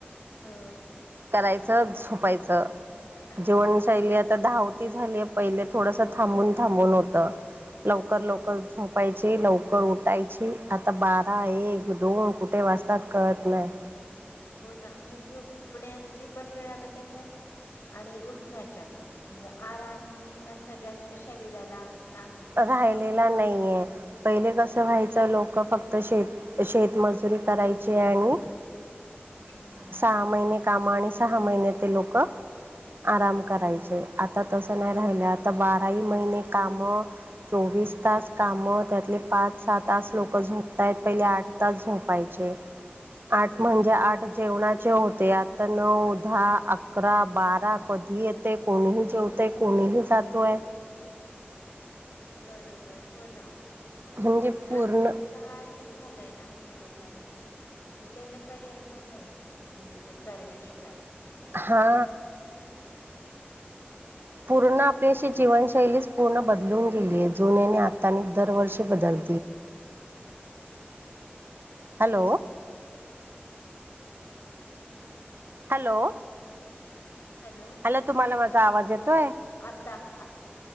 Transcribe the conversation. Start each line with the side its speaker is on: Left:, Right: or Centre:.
Left: हा
Right: जायच जीवनशैली
Left: हा
Right: आताव झाली पहिले थोडस थांबून थांबून होत लवकर
Left: हो
Right: लवकर झोपायची लवकर उठायचे आता ब हा एक दोन कुठे वाजतात कळत नाही
Left: हो ना म्हणजे झोपण्याची पण वेळा बदलल्यात आणि उठण्याच्या पण म्हणजे आराम असा जास्त शरीराला नाही खूप
Right: राहिलेला
Left: धावपळ
Right: नाहीये
Left: करावी.
Right: पहिले कसं
Left: हो.
Right: व्हायचं लोक फक्त श शेतमजुरी करायची आणि
Left: हम्म
Right: सहा महिने काम आणि सहा महिने ते लोक आराम करायचे आता तसं नाही राहिल्यात तर बाराही महिने कामं चोवीस तास काम त्यातले पाच सहा तास लोक झोपतायत पहिले आठ तास झोपायचे
Left: हम्म
Right: आठ म्हणजे आठ जेवणाचे हो ते आता नऊ दहा अकरा बारा कधी येते कोणीही जेवते कोणीही तोय आहे
Left: बरोबर हो ना
Right: म्हणजे
Left: आता
Right: पूर्ण
Left: आणि काय झालंय ना म्हणजे लोकांच कि त्यांना पर्याय पण नाहीये म्हणजे ते करण्याशिवाय
Right: हा पूर्ण आपल्याशी जीवनशैलीच पूर्ण बदलून गेली जुन्याने आता आणि दरवर्षी बदल हॅलो हॅलो
Left: हॅलो
Right: अला तुम्हाला माझा आवाज येतोय
Left: आता आता